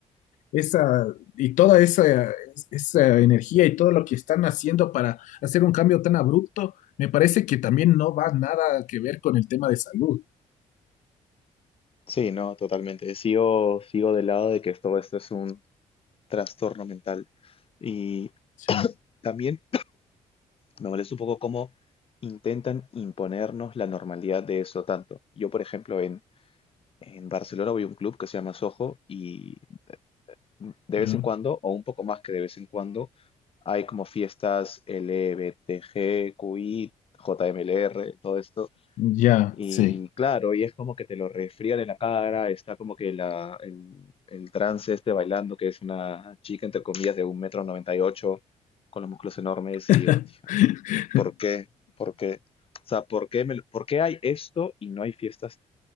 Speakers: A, on the left (about 75°); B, on the left (about 45°).
A: esa y toda esa, esa energía y todo lo que están haciendo para hacer un cambio tan abrupto, me parece que también no va nada que ver con el tema de salud.
B: Sí, no, totalmente. Sigo, sigo del lado de que todo esto es un trastorno mental. Y
A: Sí,
B: también me molesta un poco cómo intentan imponernos la normalidad de eso tanto. Yo, por ejemplo, en, en Barcelona voy a un club que se llama Soho y de vez
A: ya,
B: en cuando, o un poco más que de vez en cuando, hay como fiestas LBTG, QI, JMLR, todo esto.
A: ya,
B: Y
A: sí,
B: claro, y es como que te lo resfrían en la cara, está como que la, el, el trance este bailando, que es una chica, entre comillas, de un metro noventa y ocho, con los músculos enormes,
A: <laughs>
B: y yo, tío, ¿por qué? ¿Por qué? O sea, ¿por qué, me lo- por qué hay esto y no hay fiestas